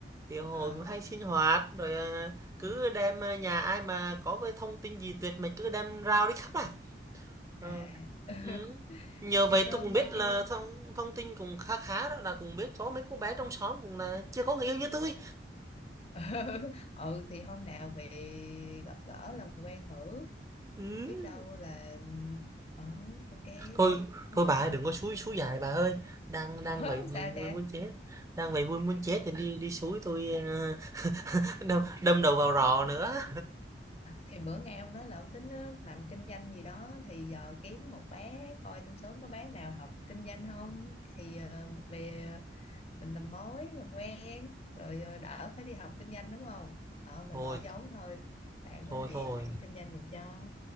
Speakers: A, on the right (about 20°); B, on the left (about 35°).
A: Thì hội
B: ờ,
A: cũng hay sinh hoạt rồi à,
B: ừ,
A: cứ đem à, nhà ai mà có cái thông tin gì tuyệt mật cứ đem rao đi khắp à. Ờ,
B: à. <laughs>
A: Ừ. Nhờ vậy
B: Chắc ờ,
A: tôi cũng
B: mấy
A: biết là
B: cái...
A: thông thông tin cũng khá khá đó là cũng biết có mấy cô bé trong xóm cũng là chưa có người yêu như tôi.
B: <laughs> Ừ, thì hôm nào về gặp gỡ làm quen thử.
A: Ừ.
B: Biết đâu là... Ờ, ok,
A: Thôi
B: đúng
A: thôi bà
B: không?
A: ơi, đừng có xúi xúi dại bà ơi. Đang đang
B: Ủa,
A: vậy vui
B: <laughs> sao
A: vui
B: cha?
A: muốn chết. Đang vậy vui muốn chết thì đi đi xúi tôi ờ, đâm đâm đầu vào rò nữa.
B: Thì bữa nghe ông nói là ông tính ờ, làm kinh doanh gì đó thì giờ kiếm một bé coi trong xóm có bé nào học kinh doanh không thì ờ, mình về mình làm mối làm quen rồi ờ, đỡ phải đi học kinh doanh đúng không đó mình
A: Thôi
B: bỏ giống thôi bạn
A: thôi
B: nói về
A: thôi.
B: bạn kinh doanh giùm cho